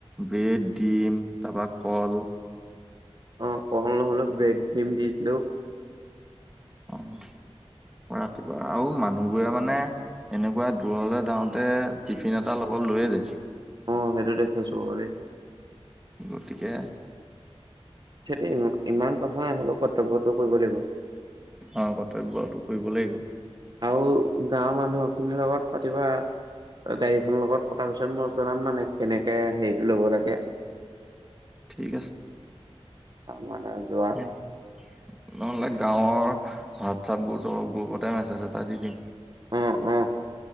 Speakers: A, in the centre; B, on the right.
A: ব্ৰেড দিম তাৰপা কল
B: অ' ক হ'ল ব্ৰেড ক্ৰ্ৰীম দি দিলেও
A: অ' ৰাতিবা আৰু মানুহবোৰে মানে, এনেকুৱা দূৰলে যাওঁতে টিফিন এটা লগত লৈয়ে যায়
B: অ' সেইটো দেখুৱাইছো বাৰু দে
A: গতিকে
B: সেইটো ই ইমান কথা নাই হলেও কৰ্তব্যটো কৰিব লাগিব।
A: অ' কৰ্তব্যটো কৰিব লাগিব।
B: আৰু গাঁওৰ মানুহ খিনিৰ লগত পাতিবা, গাড়ীখনৰ লগত পতাৰ পিছত মই জনাম মানে, কেনেকে হেৰিতটো ল'ব লাগে
A: ঠিক আছে।
B: মানে যোৱা
A: <inaudible> নহলে গাঁৱৰ হোৱাটছআপ গ্ৰ গ্ৰুপতে মেছেজ এটা দি দিম।
B: অঁ-অঁ